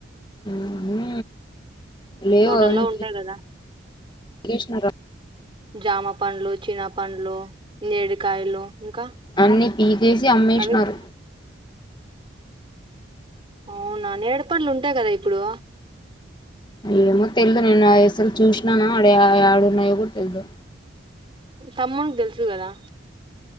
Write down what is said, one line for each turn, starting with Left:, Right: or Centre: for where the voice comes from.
Left: ఉహు లేవు
Right: తోటల్లో
Left: అవును
Right: ఉంటాయి కదా
Left: తీసినరా
Right: జామ పండ్లు చిన పండ్లు నేడికాయలు ఇంకా
Left: అన్ని పీకేసి అమ్మేసినారు
Right: అవి అవునా నేడిపండ్లు ఉంటాయి కదా ఇప్పుడు
Left: య్యేమో తెలిదు నేను అసలు చూసినానా ఆడ ఆడున్నాయో కూడా తెలిదు
Right: తమ్మున్ కి తెలుసు కదా